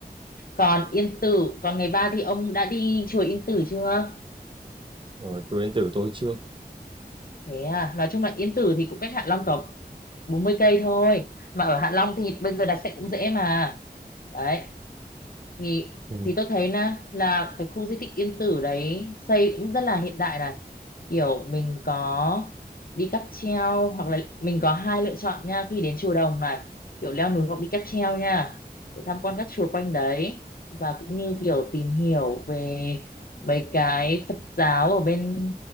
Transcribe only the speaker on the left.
còn Yên Tử còn ngày ba thì ông đã đi chùa Yên Tử chưa
thế à nói chung là Yên Tử thì cũng cách Hạ Long tầm 40 cây thôi mà ở Hạ Long thì bây giờ đặt xe cũng dễ mà đấy thì
thì tôi thấy nè là cái khu di tích Yên Tử đấy xây cũng rất là hiện đại này kiểu mình có đi cáp treo hoặc là mình có hai lựa chọn nha khi đến chùa Đồng này kiểu leo núi hoặc đi cáp treo nha rồi tham quan các chùa quanh đấy và cũng như kiểu tìm hiểu về mấy cái Phật giáo ở bên